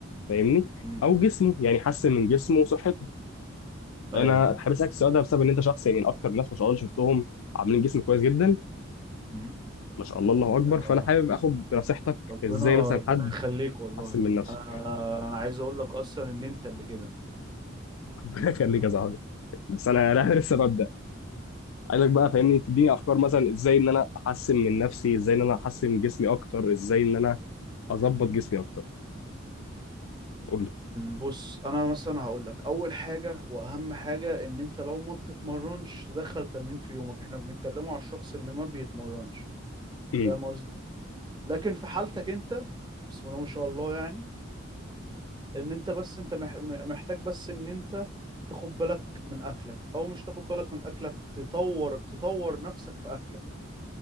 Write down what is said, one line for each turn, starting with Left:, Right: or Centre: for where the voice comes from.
Left: فاهمني
Right: امم
Left: او جسمه يعني يحسن من جسمه وصحته
Right: ايوه
Left: انا حابب اسالك السؤال ده بسبب ان انت شخص يعني من اكتر الناس ما شاء الله اللي شفتهم عاملين جسم كويس جدا
Right: امم
Left: ما شاء الله الله اكبر
Right: آه.
Left: فانا حابب اخد
Right: آه.
Left: بنصيحتك
Right: ربنا
Left: ازاي مثلا
Right: ربنا
Left: حد
Right: يخليك والله
Left: يحسن من نفسه
Right: انا انا عايز اقول لك اصلا ان انت اللي كده
Left: <laughs> ربنا يخليك يا صاحبي بس انا لا لسه ببدا عايزك بقى فاهمني تديني افكار مثلا ازاي ان انا احسن من نفسي ازاي ان انا احسن جسمي اكتر ازاي ان انا اظبط جسمي اكتر قول لي
Right: بص انا مثلا هقول لك اول حاجه واهم حاجه ان انت لو ما بتتمرنش تدخل تمرين في يومك احنا بنتكلموا على الشخص اللي ما بيتمرنش
Left: أمم.
Right: فاهم قصدي لكن في حالتك انت بسم الله ما شاء الله يعني ان انت بس انت مح- محتاج بس ان انت تاخد بالك من اكلك او مش تاخد بالك من اكلك تطور تطور نفسك في اكلك